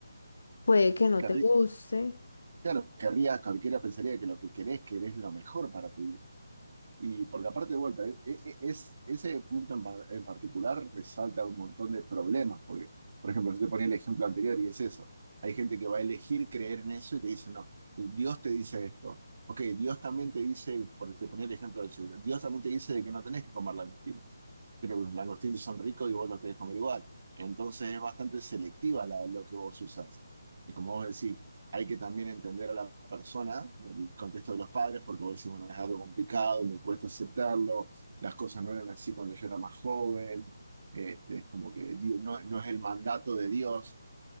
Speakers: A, on the left; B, on the right.
A: puede que no
B: Qué
A: te guste.
B: Claro, querría, cualquiera pensaría que lo que querés, querés lo mejor para tu hijo. Y porque aparte de vuelta, e- e- es, ese punto en, par- en particular resalta un montón de problemas, porque, por ejemplo, yo te ponía el ejemplo anterior y es eso. Hay gente que va a elegir creer en eso y te dice, no, Dios te dice esto. Ok, Dios también te dice, por te ponía el ejemplo del cielo, Dios también te dice de que no tenés que comer la mentira pero los langostinos son ricos y vos los querés comer igual. Entonces es bastante selectiva la- lo que vos usás. Y como vos decís, hay que también entender a la persona, el contexto de los padres, porque vos decís, bueno, es algo complicado, me cuesta aceptarlo, las cosas no eran así cuando yo era más joven, este, es como que Dios- no, no es el mandato de Dios,